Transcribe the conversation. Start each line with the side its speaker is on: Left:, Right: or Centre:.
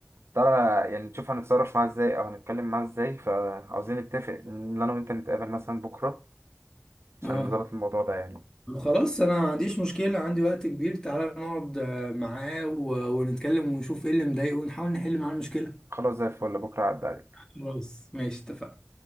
Right: تعالى يعني نشوف هنتصرف معاه ازاي او هنتكلم معاه ازاي فعاوزين نتفق ان انا وانت نتقابل مثلا بكرة عشان
Left: اه
Right: نظبط الموضوع ده يعني
Left: طب خلاص أنا ما عنديش مشكلة عندي وقت كبير تعالى نقعد آه، معاه و- ونتكلم ونشوف إيه اللي مضايقه ونحاول نحل معاه المشكلة
Right: خلاص زي الفل بكرة عدى عليك
Left: خلاص ماشي اتفقنا